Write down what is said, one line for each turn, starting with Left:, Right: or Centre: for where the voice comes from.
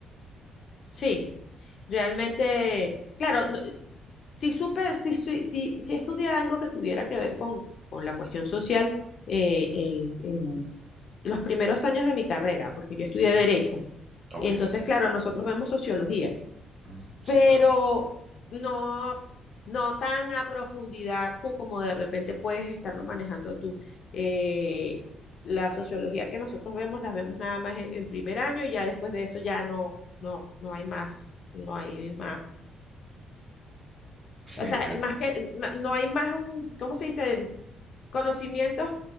Left: Sí. Realmente, claro, no- si supe, si, si, si, si estudié algo que tuviera que ver con, con la cuestión social eh, en, en los primeros años de mi carrera, porque yo estudié
Right: Ujú.
Left: Derecho.
Right: Ok,
Left: Entonces,
Right: entiendo.
Left: claro, nosotros vemos sociología,
Right: Ujú, Sí,
Left: pero
Right: claro.
Left: no, no tan a profundidad co- como de repente puedes estarlo manejando tú. Eh, la sociología que nosotros vemos, las vemos nada más en, en primer año, y ya después de eso ya no, no, no hay más, no hay más
Right: Sí,
Left: O sea,
Right: entiendo.
Left: más que, ma- no hay más, mm, ¿cómo se dice? Conocimientos,